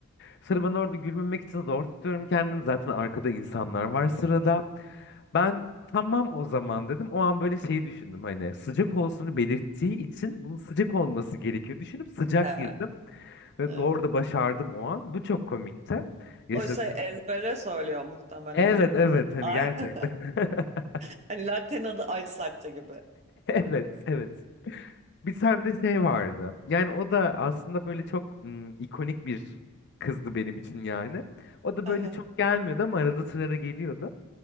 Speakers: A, on the left (about 50°); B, on the right (about 30°).
A: Sonra ben orada gülmemek için zor tutuyorum kendimi. Zaten arkada insanlar var sırada. Ben tamam o zaman dedim. O an böyle şey düşündüm hani sıcak olsunu belirttiği için bunun sıcak olması gerekiyor. Düşünüp sıcak
B: Evet.
A: girdim. Ve
B: Evet.
A: doğru da başardım o an. Bu çok komikti. Yaşadım.
B: O şey ezbere söylüyor muhtemelen
A: Evet
B: hani.
A: evet hani
B: Ay,
A: gerçekten.
B: <laughs>
A: <laughs>
B: hani latte'nin adı ice latte gibi.
A: Evet evet. Bir tane de şey vardı. Yani o da aslında böyle çok mm, ikonik bir kızdı benim için yani. O da
B: Aha,
A: böyle çok gelmiyordu ama arada sırada geliyordu.